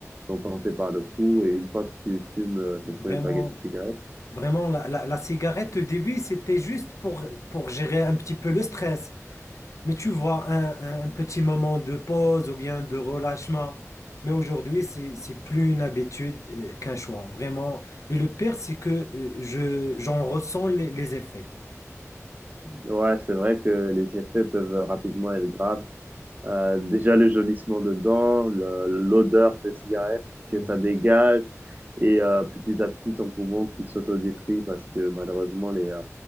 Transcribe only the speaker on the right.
sont tentés par le coup. Et une fois que tu fumes euh,
ton premier paquet de cigarettes,
ouais, c'est vrai que les effets peuvent rapidement être graves Euh, déjà le jaunissement dedans, le- l'odeur des cigarettes que
ça dégage, et euh, petit à petit, ton poumon qui s'autodétruit parce que malheureusement, les, euh,